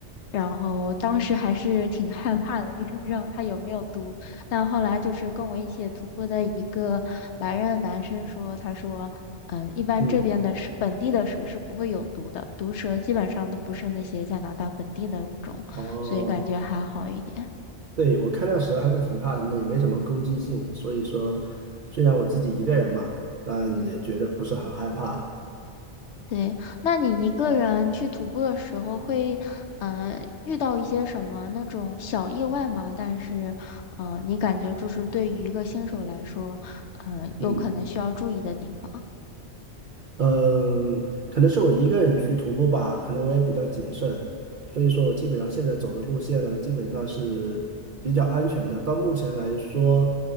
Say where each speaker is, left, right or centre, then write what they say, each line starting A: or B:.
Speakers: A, on the left (about 75°); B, on the right (about 50°).
A: 然后我当时还是挺害怕的，因为不知道它有没有毒。但后来就是跟我一起徒步的一个白人男生说，他说。嗯，一般这边的是本地的蛇是不会有毒的，
B: 嗯，
A: 毒蛇基本上都不是那些加拿大本地的物种，
B: 哦，
A: 所以感觉还好一点。
B: 对，我看那蛇还是挺怕人的，也没什么攻击性，所以说虽然我自己一个人嘛，但也觉得不是很害怕。
A: 嗯，对。那你一个人去徒步的时候会，嗯、遇到一些什么那种小意外吗？但是，嗯、你感觉就是对于一个新手来说，嗯、有可能需要注意的地方。
B: 嗯嗯，可能是我一个人去徒步吧，可能我也比较谨慎，所以说我基本上现在走的路线呢，基本上是比较安全的。到目前来说，